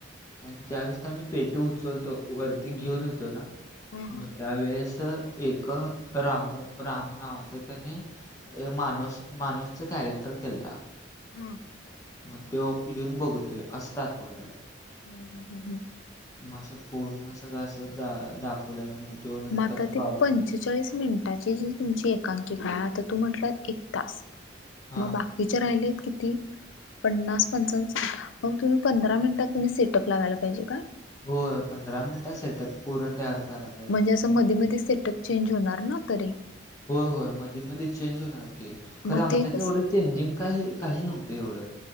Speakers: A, on the left; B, on the left.
A: आणि ज्यावेेळेस ते आम्ही पेटी उचलतो वरती घेऊन ये तर हे ना
B: हा हा
A: मग त्यावेेळेस एक रामू रामू नावाचं कणी माणूस माणूसच़ कॅरेक्टर केलता.
B: हा
A: मग तो येऊन बघतोय असं दाखवल्यालं.
B: ह्म ह्म ह्म ह्म
A: म असं पूर्ण सगळं असं दा दाख दाखवलेलं म तो नंतर
B: म आता
A: ना
B: ते
A: गावकर
B: पंचेचाळीस मिनटाची जी तुमची एकांकी आहे आता तू म्हटंला एक तास
A: हा
B: मग बाकीचे राहिलेत किती पन्नास पंचावन मग तुम्ही पंधरा मिनिटात तुम्ही सेटअप लावायला पाहिजे का?
A: होय पंधरा मिनिटांत सेटअप पूर्ण तयार करा
B: म्हणजे असं मधी मधी सेटअप चेंज होणार ना तरी?
A: हो होय मधी मधी चेंज होणार की खरं
B: मग
A: आमच्यात
B: ते कस
A: एवढंच चेंजिंग काय काही नव्हतं एवढं